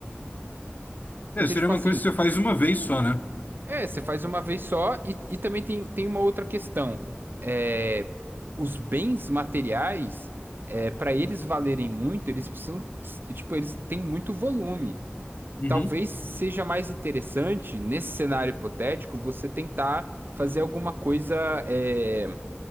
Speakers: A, on the left; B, on the right.
A: É,
B: Porque
A: seria
B: tipo
A: uma
B: assim,
A: coisa que você faz uma vez só, né?
B: É, você faz uma vez só e, e também tem, tem uma outra questão. É, os bens materiais, é, para eles valerem muito, eles precisam, tipo, eles têm muito volume.
A: Uhum.
B: Talvez seja mais interessante, nesse cenário hipotético, você tentar fazer alguma coisa, é,